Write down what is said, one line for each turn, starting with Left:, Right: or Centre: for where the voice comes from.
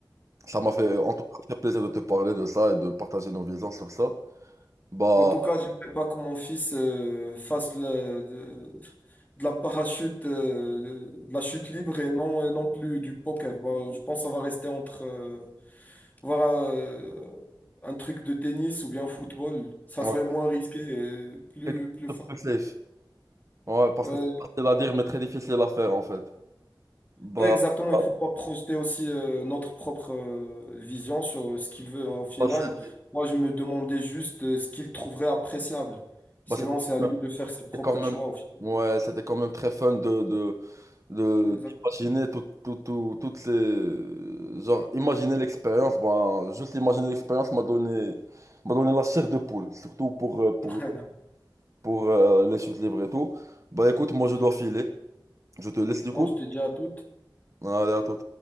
Right: Ça m'a fait en tout cas très plaisir de te parler de ça et de partager nos visions sur ça. Bah,
Left: En tout cas, je ne veux pas que mon fils euh, fasse de, la de- de la parachute, euh, de la chute libre et non, et non plus du poker. Bon, je pense que ça va rester entre euh, voir un, euh, un truc de tennis ou bien football. Ça
Right: ouais,
Left: serait moins risqué et plus,
Right: quelque
Left: plus
Right: chose
Left: fun.
Right: de plus safe. Ouais, parce
Left: Ouais,
Right: que c'est facile à dire, mais très difficile à faire en fait. Bah,
Left: ouais, exactement.
Right: bah,
Left: Il faut pas projeter aussi euh, notre propre euh, vision sur ce qu'il veut euh, au final.
Right: bah, c'est-
Left: Moi, je me demandais juste euh, ce qu'il trouverait appréciable. Sinon,
Right: bah, c'était
Left: c'est à lui de faire ses
Right: C'était
Left: propres
Right: quand même,
Left: choix au final.
Right: ouais, c'était quand même très fun de, de, de-
Left: Exactement.
Right: d'imaginer tout, tout- tout- toutes les... Genre, imaginer l'expérience, ben, juste imaginer l'expérience m'a donné, m'a donné la chair de poule, surtout pour, euh, pour,
Left: <laughs>
Right: pour euh, les chutes libres et tout. Bah écoute, moi je dois filer, je te laisse du
Left: Bon,
Right: coup.
Left: je te dis à toutes.
Right: Allez, à tout.